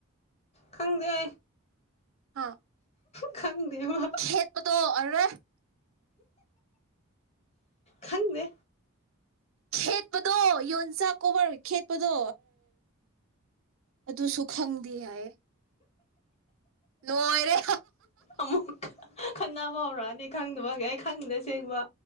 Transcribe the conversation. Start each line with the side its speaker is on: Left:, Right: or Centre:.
Left: ꯈꯪꯗꯦ
Right: ꯑ
Left: ꯈꯪꯗꯦꯕ
Right: ꯈꯦꯠꯠꯇꯣ <inaudible> <unintelligible>
Left: ꯈꯪꯃꯦ
Right: ꯈꯦꯠꯄꯗꯣ ꯌꯣꯟꯆꯥꯛ ꯀꯧꯕꯣꯕꯔ ꯈꯦꯠꯄꯗꯣ ꯑꯗꯨꯁꯨ ꯈꯪꯗꯦ ꯍꯥꯏꯌꯦ ꯂꯣꯏꯔꯦ
Left: ꯑꯃꯨꯛ ꯈꯠꯅꯕ ꯍꯧꯔꯛꯑꯅꯤ ꯈꯪꯗꯕꯒꯦ ꯑꯩ ꯈꯪꯗ ꯁꯦꯡꯕ